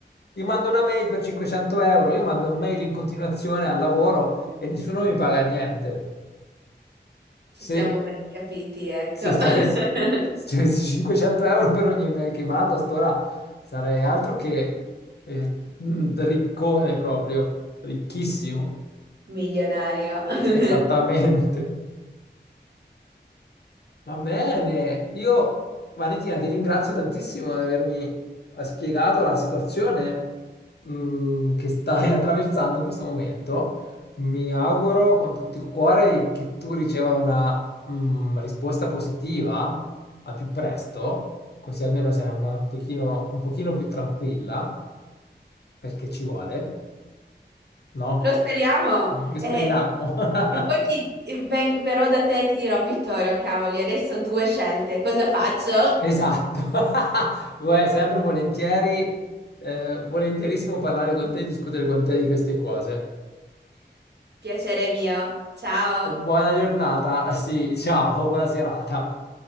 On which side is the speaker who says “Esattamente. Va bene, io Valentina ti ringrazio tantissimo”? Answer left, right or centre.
Left